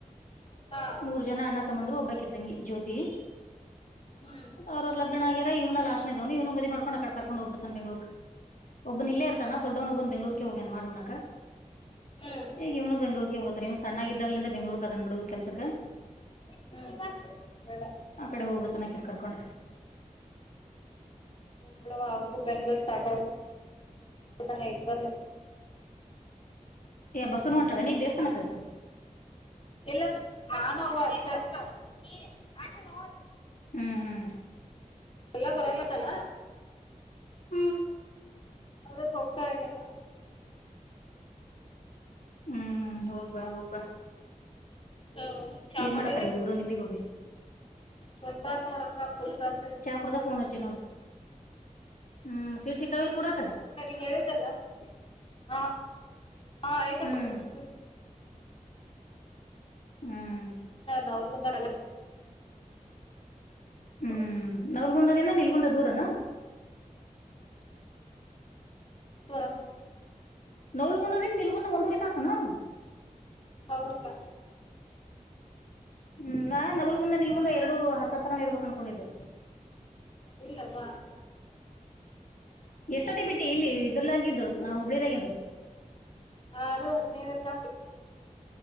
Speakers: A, on the left (about 45°); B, on the left (about 80°).
A: ಹಾ
B: ಮೂ <unintelligible> ಜನ ಅಣ್ಣ ತಮ್ಮಂದ್ರು ಒಬ್ಬಕ್ಕೆ ತಂಗಿ ಜ್ಯೋತಿ
A: ಹ್ಮ್
B: ಅವ್ರ ಅವ ಲಗ್ನ ಆಗ್ಯಾರ ಇವ್ನ ಲಾಸ್ಟ್ ನೀವನು ಮ ಮಾಡ್ಕೊಂಡ ಅ ಕರ್ಕೊಂಡ ಹೋಗಬಿತಾನ ಬೆಂಗಳೂರ್ <unintelligible> ಒಬ್ಬನ ಇಲ್ಲೇ ಇರ್ತಾನ ದೊಡ್ಡವನ ಒಬ್ಬನ್ ಬೆಂಗಳೂರ್ರಿಗೆ ಹೋಗ್ಯನ್ ಮಾಡ್ಉಣಕ
A: ಹ್ಮ್
B: ಈಗ ಇವನು ಬೆಂಗಳೂರಿಗೆ ಹೋತಾನವ ಸಣ್ಣಾಗಿದ್ದಾಗಲಂದ ಬೆಂಗಳೂರ್ಕದನ್ ಬಿಡು ಕೆಲ್ಸಕ್ಕ
A: <unintelligible>
B: ಆ ಕಡೆ ಹೋಗ್ಬಿತನಕನ್
A: ಹ್ಮ್
B: ಅಕಿನ ಕರ್ಕೊಂಡು
A: ಬಿಡವ್ವ ಅವ್ರಿಗೂ ಬೆಂಗ್ಗಳೂರು ಸಾಕ <inaudible> ಇದ ಬರ್ಲ
B: ಬಸೂನು ಉಂಟಡಾ ನೀವು ದೇವಸ್ಥಾನಕ್ಕ
A: ಎಲ್ಲ <inaudible> ನಾನು ನೋ ಹ <unintelligible>
B: ಹ್ಮ್ ಹ್ಮ್
A: ಎಲ್ಲ ಪರಲ್ಲತ್ತಲ್ಲ
B: ಹ್ಮ್
A: ಅದಕ್ ಹೋಗ್ತಾ ಇದೀನ
B: ಹ್ಮ್ ಹ್ಮ್ ಹೋಗಬಾ ಹೋಗಬಾ
A: ಹ ಚಾ ಮಾಡಿರಿ
B: ಮಾಡತಾರ ಇವ್ರಿಬ್ರು ನಿಂಬಿಗೊಂಬಿ
A: ಕುಂತಾರ್ ನೋಡಕ ಕುತ <unintelligible>
B: ಅಡದ ಫೋನ್ ಹಚ್ಚಿ ನೋಡ ಹ್ಮ್ ಸೀಟ್ ಸಿಕ್ಕಾವಿಲ್ಲ ಕುಡಾಕ
A: ಸರಿ ಹೇಳಿದ್ದಲ್ಲ ಹ <unintelligible> ಆಯ್ತಕ್ರೀ
B: ಹ್ಮ್
A: ಅಸ್ು
B: ಹ್ಮ್
A: ನಾವುಲ್ಗೊಂದ ಅಲ್ಲ <unintelligible>
B: ಹ್ಮ್
A: ಹ
B: ನವಲ್ಗುಂದದಿಂದ ನಿಲ್ಗುಂದದ ದೂರನ
A: ವ
B: ನಲ್ಗೊಂಡ್ರ ನಿಲ್ಗೊಂಡು ಒಂದೂರಿ ತಾಸನ
A: ಹೌದಾ
B: ಹ್ಮ್ ನಾ ನಗಲ್ಗುಂದ ನಿಲ್ಗುಂದ ಎರಡು ಹತ್ತತ್ತ ತರಾನ ಇರ್ಬೇಕಕ್ ಅನ್ಕೊಂಡಿದ್ದೆ
A: ಇಲ್ಲವಾ
B: ಎಷ್ಟತ್ತತಿ ಬಿಟ್ಟಿ ಇಲ್ಲಿ ಇದರ್ಲಂಗಿದ್ದು ಹುಬ್ಳ್ಳಿದದಾಗಂಗಿದ್ದು
A: ಆರು ಹದಿನೈದಕ್ಕ